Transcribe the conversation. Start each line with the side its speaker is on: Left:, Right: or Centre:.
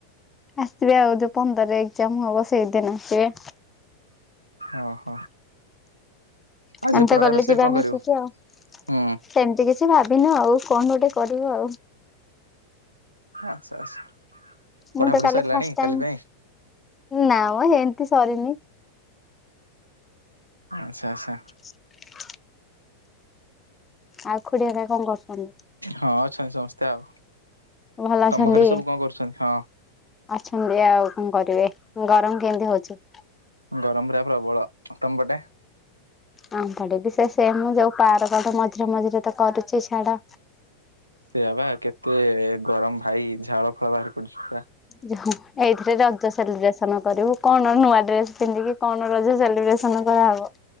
Left: ଆସିବେ ଆଉ ଯୋଉ ପନ୍ଦର ଏଗ୍ଜାମ ହବ ସେଇଦିନ ଆସିବେ।
Right: ଅହ ଆଜି
Left: ଆମେ
Right: ଉପରବେଳା
Left: ତ ଗଲେ
Right: ରୋଷେଇ
Left: ଯିବା
Right: କଣ
Left: ମିଶିକି
Right: କରିବୁ
Left: ଆଉ।
Right: ହୁଁ।
Left: ସେମିତି କିଛି ଭାବିନୁ ଆଉ କଣ ଗୋଟେ କରିବୁ ଆଉ।
Right: ଆଚ୍ଛା ଆଚ୍ଛା। ପଢ଼ାପଢ଼ି
Left: ମୁଁ ତ କାଲି
Right: ସରିଲାଣି
Left: ଫାଷ୍ଟ ଟାଇମ୍
Right: କାଲି ପାଇଁ?
Left: ନା ମ ଏମତି ସରିନି।
Right: ଆଚ୍ଛା ଆଚ୍ଛା।
Left: <inaudible> ଆଉ। ଖୁଡି ହେରିକା କଣ କରୁଛନ୍ତି?
Right: ହଁ ଅଛନ୍ତି ସମସ୍ତେ ଆଉ।
Left: ଭଲ ଅଛନ୍ତି?
Right: ତମ ଘରେ ସବୁ କଣ କରୁଛନ୍ତି ହଁ।
Left: ଅଛନ୍ତି ଆଉ କଣ କରିବେ ଗରମ କେମିତି ହଉଛି।
Right: ଗରମରେ ପ୍ରବଳ ତମପଟେ।
Left: ଆଁ ଏବେ ବି ସେ ସେ ମୁ ଯୋଉ ପାର୍କ କଡ ମଝିରେ ମଝିରେ ତ କରୁଛି ଛାଡ।
Right: ସେୟା ବା କେତେ ଗରମ ଭାଇ ଝାଳ ଫାଳ ବାହାରି ପଡୁଛି ତା
Left: ଝାଳ ଏଇଥିରେ ରଜ ସେଲିବ୍ରେସନ କରିବୁ କଣ ନୂଆ ଡ୍ରେସ ପିନ୍ଧିକି। କଣ ରଜ ସେଲିବ୍ରେସନ କରାହେବ।